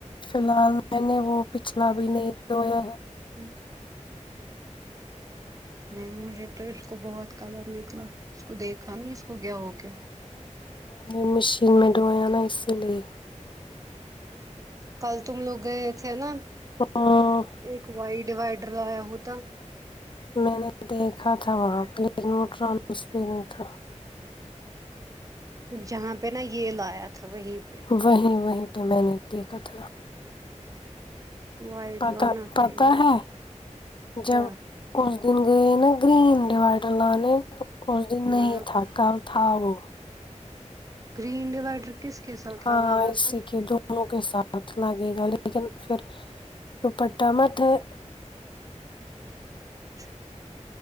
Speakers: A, on the left; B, on the right.
A: فی الحال میں نے وہ پچھلا بھی نہیں تو یہ
B: ہاں نہیں مجھے تو اس کو بہت کلر نکلا اس کو دیکھا نہیں اس کو گیا ہو گیا
A: میں مشین میں ڈھویا نا اس <unintelligible>
B: کل تم لوگ گئے تھے نا
A: ہاں
B: ایک وائی ڈیوائڈر لایا ہوتا
A: میں نے دیکھا تھا وہاں پہوٹران تھا
B: جہاں پہ نا یہ لایا تھا وہیں پہ
A: وہیں وہیں میں نے دیکھا تھا
B: وائٹ
A: پتا
B: لانا
A: پتا
B: تھا یہ
A: ہے جب
B: کیا
A: اس دن گ نا گری ڈی وائٹر لان اس دن
B: ہاں
A: نہیں تھکا تھؤ
B: گرین ڈوائڈر کس کے ساتھ
A: ہاں
B: لگانا
A: اسی
B: تھا
A: کی انوں کے ساتھ لگے گا لیکن پھر جو پٹا مت ہے
B: اچھا